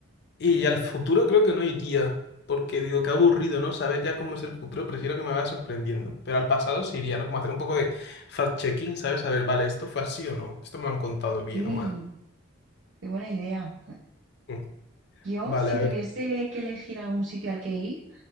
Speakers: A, on the left; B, on the right.
A: Y al futuro creo que no iría, porque digo, qué aburrido, ¿no? Saber ya cómo es el futuro, prefiero que me vaya sorprendiendo. Pero al pasado sí iría, ¿no? Como hacer un poco de fact-checking, ¿sabes? saber vale, ¿esto fue así o no? ¿Esto me lo han contado bien
B: Sí,
A: o mal?
B: qué buena idea.
A: Mm.
B: Yo,
A: Vale,
B: si
A: a
B: tuviese
A: ver,
B: que elegir algún sitio al que ir,